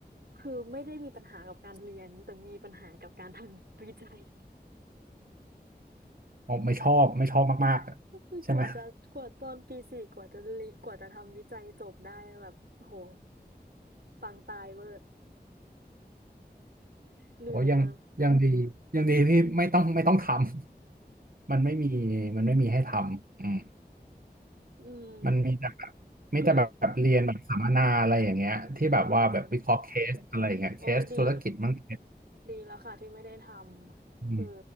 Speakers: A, on the right; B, on the right.
A: คือไม่ได้มีปัญหากับการเรียนแต่มีปัญหากับการทำวิจัย
B: อ๋อไม่ชอบไม่ชอบมากๆอะใช่ไหม
A: คือกว่าจะกว่าตอนปีสี่กว่าจะลิกว่าจะทำวิจัยจบได้แบบโอ้โหปังตายเวอร์เหนื่อยมาก
B: โอ้ยังยังดียังดีที่ไม่ต้องไม่ต้องทำ <laughs> มันไม่มีมันไม่มีให้ทำอืม
A: อืม
B: มันมีแต่แบบมีแต่แบบแบบเรียนแบบสัมมนาอะไรอย่างเงี้ยที่แบบว่าแบบวิเคราะห์เคสอะไรอย่างเงี้ยเคสธุรกิจมั้งเคส
A: คืออืมโอ้ดีดีแล้วค่ะที่ไม่ได้ทำคือ
B: อืม